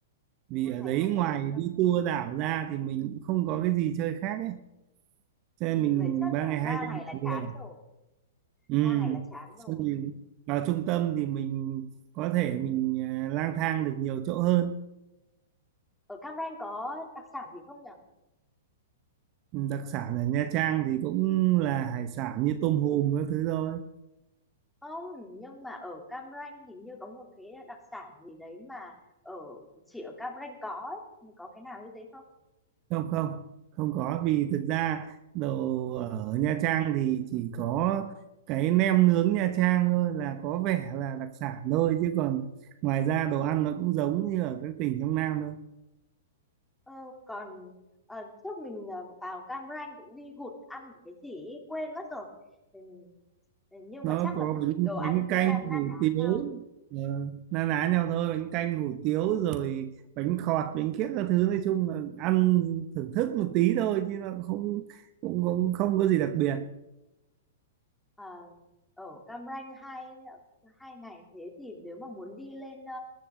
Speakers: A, on the right (about 35°); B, in the centre.
A: Vì
B: Ba
A: ở
B: ngày
A: đấy
B: hai đêm
A: ngoài
B: ở Cam
A: đi
B: Ranh.
A: tour đảo ra thì mình cũng không có cái gì chơi khác ấy, cho nên
B: Ừ,
A: mình
B: đấy chắc
A: ba
B: là
A: ngày
B: ba
A: hai đêm
B: ngày là
A: là
B: chán
A: vừa.
B: rồi.
A: Ừm,
B: Ba ngày là chán rồi.
A: xong thì vào trung tâm thì mình có thể mình à, lang thang được nhiều chỗ hơn.
B: Ở Cam Ranh có đặc sản gì không nhỉ?
A: Ừ, đặc sản ở Nha Trang thì cũng là hải sản như tôm hùm các thứ thôi
B: Không, nhưng mà ở Cam Ranh hình như có một cái đặc sản gì đấy mà ở chỉ ở Cam Ranh có ấy. Có cái nào như thế không?
A: không không không có vì thực ra đồ ở Nha Trang thì chỉ có cái nem nướng Nha Trang thôi là có vẻ là đặc sản thôi chứ còn ngoài ra đồ ăn nó cũng giống như ở các tỉnh trong Nam thôi
B: Ờ, còn ờ, trước mình ờ, vào Cam Ranh cũng đi hụt ăn một cái gì ấy, quên mất rồi. Ừ, ừ, nhưng
A: nó
B: mà chắc là
A: có
B: cũng-
A: bánh,
B: đồ ăn
A: bánh
B: cũng
A: canh
B: na na
A: hủ
B: ná
A: tiếu
B: nhau.
A: ờ, na ná nhau thôi bánh canh hủ tiếu rồi bánh khọt bánh kiếc các thứ nói chung là ăn thưởng thức một tí thôi chứ nó không cũng cũng không có gì đặc biệt
B: Ờ, ở Cam Ranh hai hai ngày thế thì nếu mà muốn đi lên ờ,